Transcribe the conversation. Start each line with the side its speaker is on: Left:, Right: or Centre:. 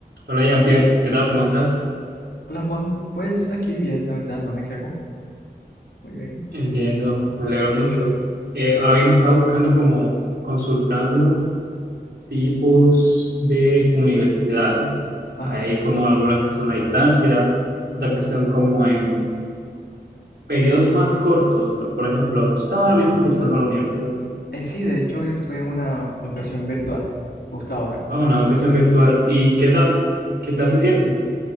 Right: Hola Jean-Pierre, ¿qué tal? ¿Cómo estás?
Left: Hola Juan, pues aquí bien, la verdad, no me quejo. Muy bien.
Right: Entiendo, me alegro mucho. Eh, ahora mismo estaba buscando como consultando tipos de universidades.
Left: Ajá.
Right: Hay como algunas que son a distancia, otras que son como en periodos más cortos, pero por ejemplo, tú estás ahora
Left: Ok.
Right: mismo cursando la universidad,
Left: Eh, sí, de hecho yo estoy en una educación virtual, justo ahora.
Right: a una educación virtual, ¿y qué tal? ¿Qué tal se siente?